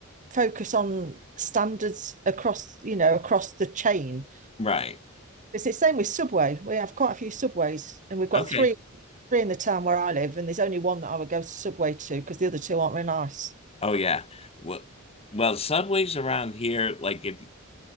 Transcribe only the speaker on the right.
focus on standards across you know across the chain.
It's the same with Subway. We have quite a few Subways, and we've got
three three in the town where I live, and there's only one that I would go to Subway to because the other two aren't very nice.